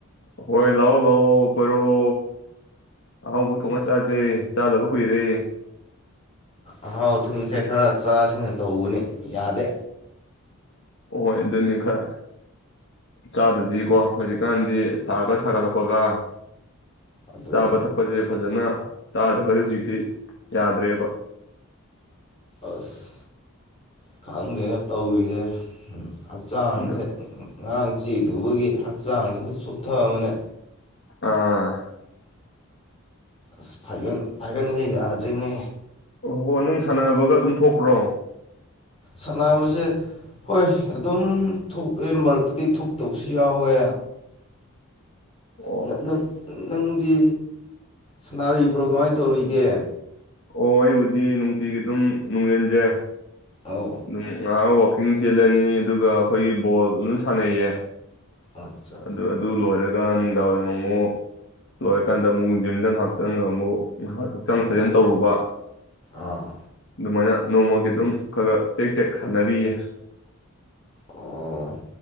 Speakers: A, on the left (about 55°); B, on the left (about 25°).
A: ꯍꯣꯏ ꯂꯥꯛꯑꯣ ꯂꯥꯛꯑꯣ ꯀꯣꯏꯔꯛꯑꯣ ꯑꯍꯥꯡꯕ ꯊꯣꯡꯉ ꯆꯥꯁꯦ ꯆꯥꯗꯕ ꯀꯨꯏꯔꯦ
B: ꯑꯍꯥꯎ ꯑꯊꯨꯝꯕꯁꯦ ꯈꯔ ꯆꯥꯁꯤꯅ ꯇꯧꯕꯅꯤ ꯌꯥꯗꯦ
A: ꯍꯣꯏ ꯑꯗꯨꯅꯤ ꯈꯔ ꯆꯥꯗꯗꯤꯀꯣ ꯍꯧꯖꯤꯛꯀꯥꯟꯗꯤ ꯁꯥ ꯈꯔ ꯁꯥꯒꯠꯂꯛꯄꯒ
B: ꯑꯗꯨꯅꯤ
A: ꯆꯥꯕ ꯊꯛꯄꯁꯦ ꯐꯖꯅꯥ ꯆꯥꯗ꯭ꯔꯒꯗꯤ ꯍꯧꯖꯤꯛꯁꯤ ꯌꯥꯗ꯭ꯔꯦꯕ
B: ꯑꯁ ꯈꯪꯗꯦꯅ‌ꯦ ꯇꯧꯔꯤꯁꯦ ꯍꯛꯆꯥꯡꯁꯦ
A: ꯑꯗꯨ
B: ꯉꯔꯥꯡ ꯆꯦꯗꯨꯕꯒꯤ ꯍꯛꯆꯥꯡꯁꯤꯅ ꯁꯣꯠꯊꯑꯕꯅꯦ
A: ꯑꯥ
B: ꯑꯁ ꯐꯥꯏꯒꯟ ꯐꯥꯏꯒꯁ‌ꯦ ꯌꯥꯗ꯭ꯔ‌ꯦꯅꯦ
A: ꯑꯣ ꯍꯣ ꯅꯪ ꯁꯥꯟꯅꯕꯒ ꯑꯗꯨꯝ ꯊꯣꯛꯄ꯭ꯔꯣ
B: ꯁꯅꯕꯁꯦ ꯍꯣꯏ ꯑꯗꯨꯝ ꯊꯣꯛꯑꯦ ꯃꯔꯛꯇꯗꯤ ꯊꯣꯛꯇꯕꯁꯨ ꯌꯥꯎꯋꯦ
A: ꯑꯣ
B: ꯅꯪ ꯅꯪ ꯅꯪꯗꯤ ꯁꯅꯥꯔꯤꯕ꯭ꯔꯣ ꯀꯃꯥꯏꯅ ꯇꯧꯔꯤꯒꯦ
A: ꯑꯣ ꯑꯩꯕꯨꯗꯤ ꯅꯨꯡꯇꯤꯒꯤ ꯑꯗꯨꯝ ꯅꯨꯡꯁꯤꯜꯁꯦ
B: ꯑꯧ
A: ꯑꯗꯨꯝ ꯉꯥꯏꯍꯥꯛ ꯋꯥꯛꯀꯤꯡ ꯆꯦꯜꯂꯅꯤ ꯑꯗꯨꯒ ꯑꯩꯈꯣꯏꯒꯤ ꯕꯣꯜ ꯑꯗꯨꯝ ꯁꯥꯟꯅꯩꯌꯦ
B: ꯑꯠꯆꯥ
A: ꯑꯗꯨ ꯑꯗꯨ ꯂꯣꯏꯔꯒ ꯒ ꯅꯨꯡꯗꯥꯡꯋꯥꯏꯔꯝ ꯑꯃꯨꯛ ꯂꯣꯏꯔꯀꯥꯟꯗ ꯑꯃꯨꯛ ꯖꯤꯝꯗꯪ ꯉꯥꯏꯥꯛꯆꯒ ꯑꯃꯨꯛ ꯍꯛꯆꯥꯡ ꯁꯥꯖꯦꯟ ꯇꯧꯔꯨꯕ
B: ꯑꯥ
A: ꯑꯗꯨꯃꯥꯏꯅ ꯅꯣꯡꯃꯒꯤ ꯑꯗꯨꯝ ꯈꯔ ꯈꯔ ꯇꯦꯛ ꯇꯦꯛ ꯁꯥꯟꯅꯔꯤꯌꯦ
B: ꯑꯣ